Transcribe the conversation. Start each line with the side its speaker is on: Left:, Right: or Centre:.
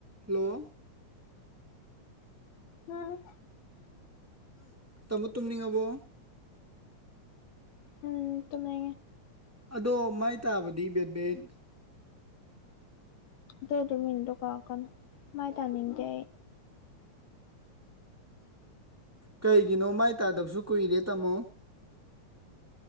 Centre: Hello
Left: ꯎꯝ
Centre: ꯇꯃꯣ ꯇꯨꯝꯅꯤꯡꯉꯕꯣ
Left: ꯎꯝ ꯇꯃ
Centre: ꯑꯗꯣ ꯃꯥꯏ ꯇꯥꯕꯗꯤ ꯕꯦꯠꯕꯦꯠ
Left: ꯗꯣꯗ ꯃꯤꯅꯤ ꯇꯣ ꯀꯥꯀ ꯃꯥꯥꯏ ꯇꯥꯃꯤꯡꯇ
Centre: ꯀꯩꯒꯤꯅꯣ ꯃꯥꯏ ꯇꯥꯗꯕꯁꯨ ꯀꯨꯏꯔꯦ ꯇꯥꯃꯣ